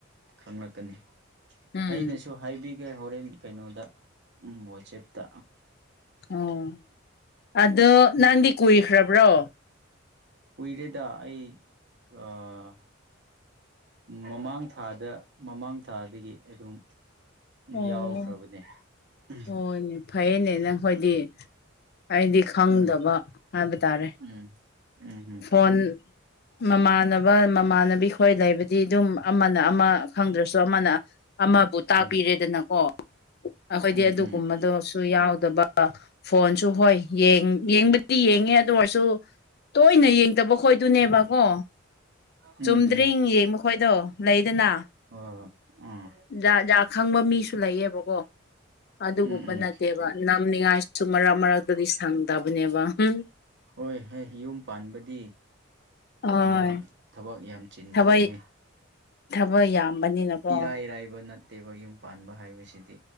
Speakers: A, on the right; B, on the left.
A: ꯈꯪꯂꯛꯀꯅꯤ
B: ꯎꯝ
A: ꯑꯩꯅꯁꯨ ꯍꯥꯏꯕꯤꯒꯦ ꯍꯣꯔꯦꯟ ꯀꯩꯅꯣꯗ ꯋꯥꯆꯦꯞꯇ
B: ꯑꯣ ꯑꯗꯣ ꯅꯪꯗꯤ ꯀꯨꯏꯈ꯭ꯔꯕ꯭ꯔꯣ
A: ꯀꯨꯏꯔꯦꯗ ꯑꯩ ꯑꯥ ꯃꯃꯥꯡ ꯊꯥꯗ ꯃꯃꯥꯡ ꯊꯥꯗꯒꯤ ꯑꯗꯨꯝ
B: ꯑꯣ
A: ꯌꯥꯎꯈ꯭ꯔꯕꯅꯦ ꯎꯃ
B: ꯍꯣꯏꯅꯦ ꯐꯩꯌꯦꯅꯦ ꯅꯪꯈꯣꯏꯗꯤ ꯑꯩꯗꯤ ꯈꯪꯗꯕ
A: ꯎꯝ
B: ꯍꯥꯏꯕ ꯇꯥꯔꯦ
A: ꯎꯝ ꯎꯝ
B: ꯐꯣꯟ ꯃꯃꯥꯟꯅꯕ ꯃꯃꯥꯟꯅꯕꯤ ꯈꯣꯏ ꯂꯩꯕꯗꯤ ꯑꯗꯨꯝ ꯑꯃꯅ ꯑꯃ ꯈꯪꯗ꯭ꯔꯁꯨ ꯑꯃꯅ ꯑꯃꯕꯨ
A: ꯎꯝ
B: ꯇꯥꯛꯄꯤꯔꯦꯗꯅꯀꯣ ꯑꯩꯈꯣꯏꯗꯤ
A: ꯎꯝ
B: ꯑꯗꯨꯒꯨꯝꯕꯗꯣꯁꯨ ꯌꯥꯎ ꯗꯕ ꯐꯣꯟꯁꯨ ꯍꯣꯏ ꯌꯦꯡꯕꯗꯤ ꯌꯦꯡꯉꯦ ꯑꯗꯨ ꯑꯣꯏꯔꯁꯨ ꯇꯣꯏꯅ ꯌꯦꯡꯗꯕ ꯈꯣꯏꯗꯨꯅꯦꯕꯀꯣ
A: ꯎꯝ
B: ꯆꯨꯝꯗ꯭ꯔꯤꯡ ꯌꯦꯡ ꯃꯈꯣꯏꯗꯣ ꯂꯩꯗꯅ
A: ꯎꯝ ꯎꯝ ꯍꯣꯏ ꯍꯣꯏ ꯑꯥ
B: ꯖꯥ ꯖꯥ ꯈꯪꯕ ꯃꯤꯁꯨ ꯂꯩꯌꯦꯕ ꯀꯣ ꯑꯗꯨꯒꯨꯝꯕ
A: ꯎꯝ ꯎꯝ
B: ꯅꯠꯇꯦꯕ ꯅꯝꯅꯤꯡꯉꯥꯏꯁꯨ ꯃꯔꯛ ꯃꯔꯛꯇꯗꯤ ꯊꯪꯗꯕꯅꯦꯕ ꯍꯝ
A: ꯍꯣꯏ ꯍꯣꯏ ꯌꯨꯝ ꯄꯥꯟꯕꯗꯤ
B: ꯍꯣꯏ
A: ꯑꯃ ꯊꯕꯛ ꯌꯥꯝ ꯆꯤꯟꯕꯅꯤꯍꯦ
B: ꯊꯕꯛ ꯊꯕꯛ ꯌꯥꯝꯕꯅꯤꯅꯀꯣ
A: ꯏꯔꯥꯏꯔꯥꯏꯕꯅꯠ ꯅꯠꯇꯦꯕ ꯌꯨꯝ ꯄꯥꯟꯕ ꯍꯥꯏꯕꯁꯤꯗꯤ